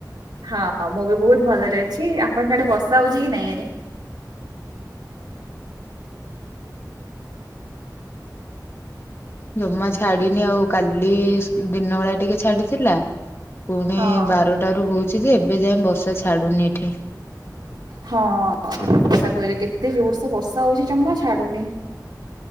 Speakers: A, on the right (about 85°); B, on the left (about 35°).
A: ହଁ ମୁଁ ବି ବହୁତ ଭଲରେ ଅଛି। ଆପଣଙ୍କ ଆଡେ ବର୍ଷା ହଉଛି କି ନାଇଁ ଆଡେ?
B: ଜମା ଛାଡିନି, ଆଉ କାଲି ଦିନ ବେଳା ଟିକେ ଛାଡିଥିଲା। ପୁଣି
A: ହଁ
B: ବାରଟା ରୁ ହଉଛି ଯେ, ଏବେ ଯାଏ ବର୍ଷା ଛାଡୁନି ଏଠି।
A: ହଁ ଠିକ୍ କଥା କହିଲେ, କେତେ ଜୋର୍ ସେ ବର୍ଷା ହଉଛି ଜମା ଛାଡୁନି।